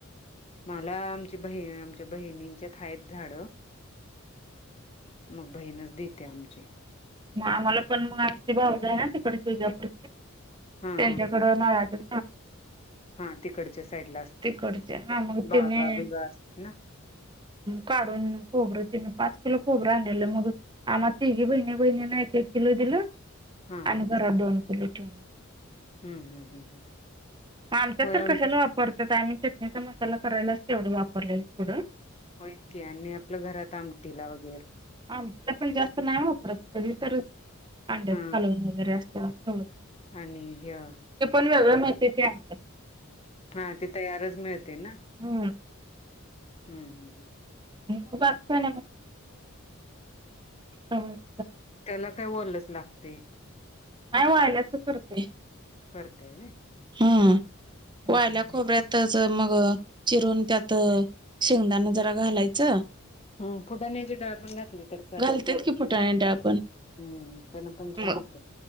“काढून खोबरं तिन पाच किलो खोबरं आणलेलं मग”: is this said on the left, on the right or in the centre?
Right